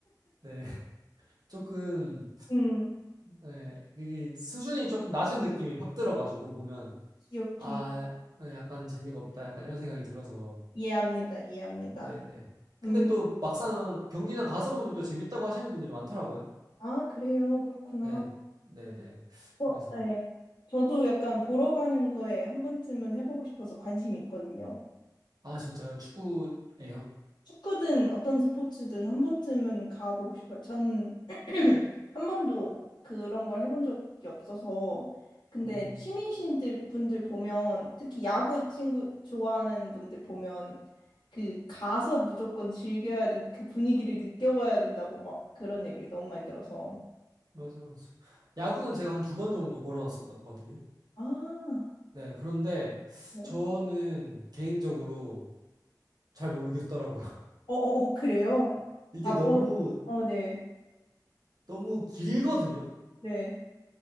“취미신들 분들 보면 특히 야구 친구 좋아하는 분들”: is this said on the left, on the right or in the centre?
Left